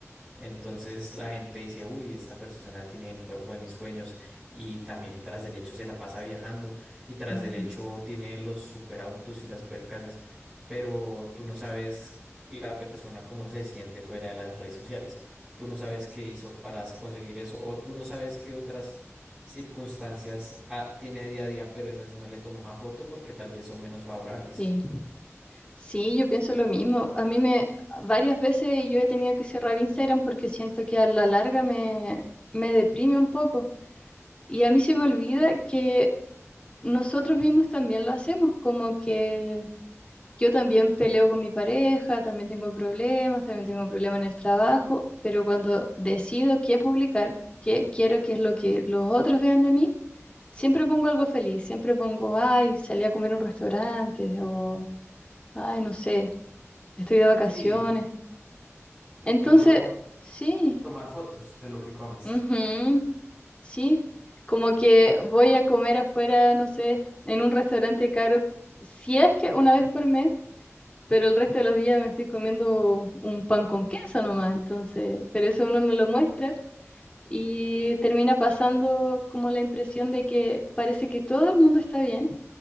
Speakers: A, on the right (about 20°); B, on the left (about 20°).
A: Entonces la gente dice, uy, esta persona tiene el cuerpo de mis sueños y también tras del hecho se la pasa viajando y tras
B: ujú,
A: del hecho tiene los superautos y las supercasas, pero tú no sabes la persona cómo se siente fuera de las redes sociales, tú no sabes qué hizo para conseguir eso o tú no sabes qué otras circunstancias ah, tiene día a día, pero esas no le toma foto porque tal vez son menos favorables.
B: Sí, sí, yo pienso lo mismo. A mí me, varias veces yo he tenido que cerrar Instagram porque siento que a la larga me, me deprime un poco. Y a mí se me olvida que nosotros mismos también lo hacemos, como que Yo también peleo con mi pareja, también tengo problemas, también tengo problemas en el trabajo, pero cuando decido qué publicar, qué quiero que es lo que los otros vean de mí, siempre pongo algo feliz, siempre pongo, ay, salí a comer a un restaurante o, ay, no sé, estoy de vacaciones.
A: Sí, incluso
B: Entonces, sí,
A: tomar fotos de lo que comes.
B: ujú, sí, como que voy a comer afuera, no sé, en un restaurante caro, si es que una vez por mes pero el resto de los días me estoy comiendo un pan con queso nomás, entonces, pero eso uno no lo muestra y termina pasando como la impresión de que parece que todo el mundo está bien